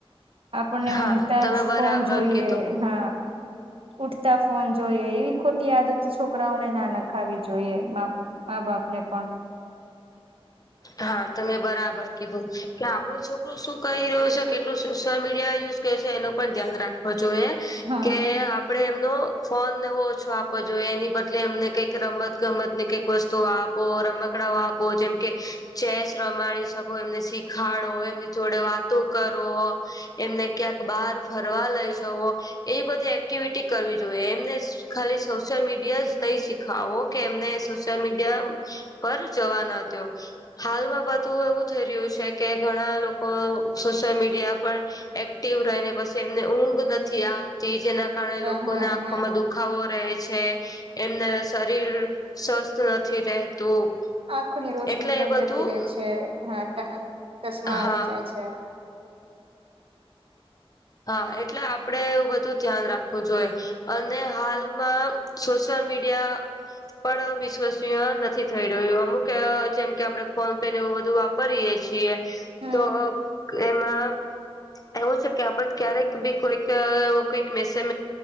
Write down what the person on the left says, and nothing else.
હા
તમે
બરાબર
કીધું
હા તમે બરાબર કીધું કે આપડો છોકરું શું કહી રહ્યો છે કેટલું સોશિયલ મીડિયા યુઝ એ પણ ધ્યાન રાખવો જોઈએ
કે આપણે એમનો ફોન ઓછો આપવો જોઈએ એની બદલે એમને કઈક રમત ગમત ને કઈક વસ્તુ આપો રમકડાઓ આપો જેમ કે ચેસ રમાડી શકો એમને શીખાડો એમની જોડે વાતો કરો. એમને ક્યાંક બહાર ફરવા લઈ જવો. એ બધી એક્ટિવિટી કરવી જોઈએ એમને ખાલી સોશિયલ મીડિયા જ નહી શીખ ખાવો કે એમને સોશિયલ મીડિયા પર જવા ના દો. હાલમાં બધું એવું થઈ રહ્યું છે કે ઘણા લોકો સોશિયલ મીડિયા પર એક્ટિવ રહીને પછી એમને ઊંઘ નથી આવતી જેના કારણે
લોકોને આંખોમાં
દુખ દુખાવો રેહ છે એમને શરીર સ્વસ્થ નથી રહેતું.
એટલે
એ બધું
હા
હા એટલે આપડે એવું બધું ધ્યાન રાખવું જોઈએ. અને હાલમાં સોશિયલ મીડિયા પણ વિશ્વસનીય નથી થઈ રહ્યો અમુક જેમ કે આપડે ફોન પે ને એવું બધું વાપરીએ છે
તો એમાં એવું છે. કે આપડ ક્યારેક બી કોઈક કઈક મેસેજ